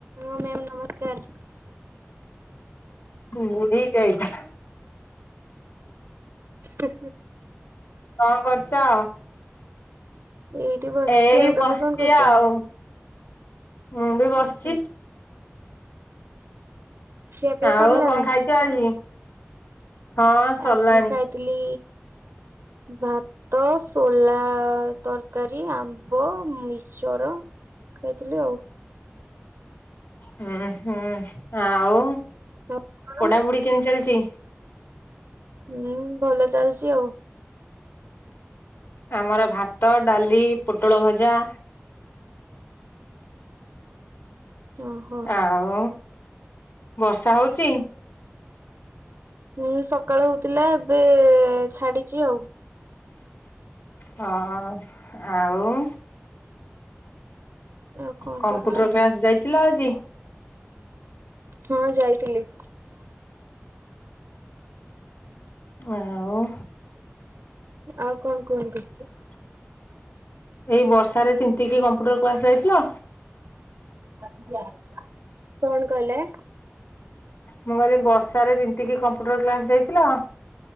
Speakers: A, on the right; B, on the left.
A: ହଁ ମ୍ୟାମ୍ ନମସ୍କାର।
B: ବୁଢ଼ିଟେ ହେଇଥା।
A: ହେଁ।
B: କଣ କରୁଛ?
A: ଏଇଠି ବସିଛି
B: ଏଇ
A: ଆଉ ତମେ
B: ବସିଛି
A: କଣ କରୁଛ?
B: ଆଉ ମୁଁ ବି ବସିଛି।
A: ଓହୋ। ଖିଆ ପିଆ
B: ଆଉ
A: ସରିଲାଣି?
B: କଣ ଖାଇଛ ଆଜି? ହଁ ସରିଲାଣି
A: ଆଜି ଖାଇଥିଲି ଭା ତ ସୋଲା ତରକାରୀ ଆମ୍ବ ମିସଚର ଯାଇଥିଲି ଆଉ।
B: ହୁଁ ହୁଁ ଆଉ
A: ଆପଣ
B: ପଢାପୁଢି କେମିତି ଚାଲିଚି।
A: ହୁଁ ଭଲ ଚାଲିଛି ଆଉ।
B: ଆମର ଭାତ ଡାଲି ପୋଟଳ ଭଜା
A: ଓହୋ।
B: ଆଉ ବର୍ଷା ହଉଚି।
A: ହୁଁ ସକାଳ ହଉଥିଲା ଏବେ ଛାଡିଛି ଆଉ।
B: ହଁ ଆଉ
A: ଆଉ କଣ
B: କମ୍ପ୍ୟୁଟର
A: କରୁଛନ୍ତି?
B: କ୍ଲାସ ଯାଇଥିଲ ଆଜି।
A: ହଁ ଯାଇଥିଲି।
B: ଆଉ।
A: ଆଉ କଣ କୁହନ୍ତୁ।
B: ଏଇ ବର୍ଷାରେ ତିନ୍ତି କିି କମ୍ପ୍ୟୁଟର କ୍ଲାସ ଯାଇଥିଲ।
A: କଣ କହିଲେ।
B: ମୁଁ କହିଲି ବର୍ଷାରେ ତୀନ୍ତି କି କମ୍ପ୍ୟୁଟର କ୍ଲାସ ଯାଇଥିଲ।